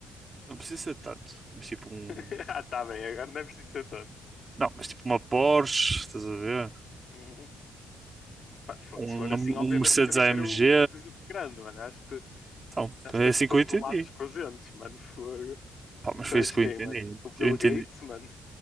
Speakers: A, on the right; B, on the left.
A: Não precisa ser tanto, mas tipo um.
B: <laughs> Ah, tá bem, agora não é preciso ser tanto.
A: Não, mas tipo uma Porsche, estás a ver?
B: Uhum. Mano, fogo,
A: Um,
B: se for assim, obviamente
A: um Mercedes
B: eu também
A: AMG.
B: quero o presente grande, mano. Acho que
A: Então,
B: Já estamos
A: é assim
B: controlados
A: que eu entendi.
B: com os entes, mano. Fogo.
A: Pá, mas
B: Tu
A: foi
B: és
A: isso que
B: quem,
A: eu entendi.
B: mano? O Bill
A: Eu entendi.
B: Gates, mano.